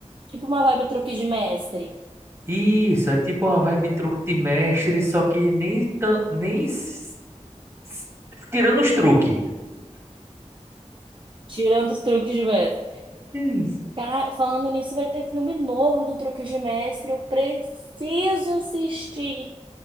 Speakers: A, on the right; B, on the right.
A: tipo uma vibe truque de mestre,
B: isso é tipo uma vibe truque de mestre, só que nem tão, nem s- s- tirando os truques.
A: tirando os truques de mestre.
B: Isso.
A: Ca- Falando nisso, vai ter filme novo do Truque de Mestre. Eu preciso assistir.